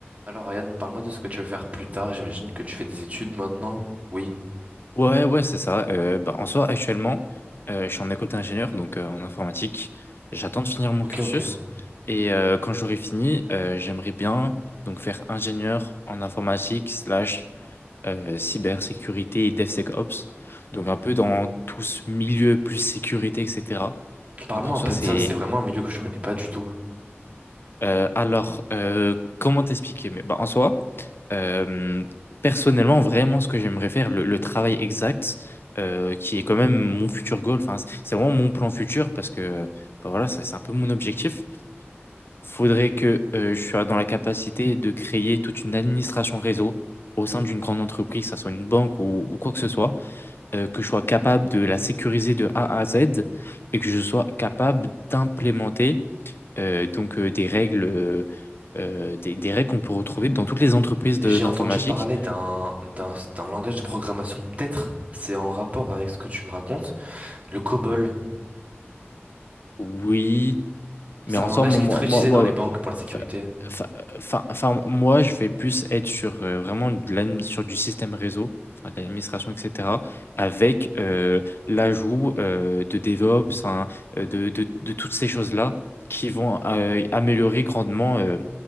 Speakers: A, on the right; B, on the left.
A: Alors Ryan, parle-moi de ce que tu veux faire plus tard. J'imagine que tu fais des études maintenant. Oui.
B: Ouais, ouais, c'est ça. Euh, bah, en soi, actuellement, euh, je suis en école d'ingénieur, donc euh, en informatique. J'attends de finir mon
A: Ok,
B: cursus.
A: ok.
B: Et euh, quand j'aurai fini, euh, j'aimerais bien donc faire ingénieur en informatique slash euh, cybersécurité et DevSecOps. Donc un peu dans tout ce milieu plus sécurité, etc.
A: Parle-moi
B: Donc en soi,
A: un peu
B: c'est
A: de ça. C'est vraiment un milieu que je connais pas du tout.
B: euh, alors, euh, comment t'expliquer? Mais bah, en soi, euh, personnellement, vraiment, ce que j'aimerais faire, le, le travail exact, euh, qui est quand même mon futur goal. Enfin, c'est c'est vraiment mon plan futur parce que, bah, voilà, ça, c'est un peu mon objectif. Faudrait que euh, je sois dans la capacité de créer toute une administration réseau au sein d'une grande entreprise, que ça soit une banque ou, ou quoi que ce soit, euh, que je sois capable de la sécuriser de A à Z et que je sois capable d'implémenter euh, donc euh, des règles, euh, euh, des, des règles qu'on peut retrouver dans toutes les entreprises
A: J'ai
B: de- d'informatique.
A: entendu parler d'un d'un d'un langage de programmation. Peut-être c'est en rapport avec ce que tu me racontes. Le COBOL.
B: Oui,
A: C'est
B: mais ensemble
A: un langage qui
B: moi,
A: est très
B: moi,
A: utilisé
B: moi,
A: dans les
B: ouais.
A: banques pour la sécurité.
B: Enfin, enfin, enfin, enfin, moi, je vais plus être sur euh, vraiment de l'admi- sur du système réseau, enfin, de l'administration, etc., avec euh, l'ajout euh, de DevOps, hein, euh, de, de- de toutes ces choses-là qui vont euh, améliorer grandement euh,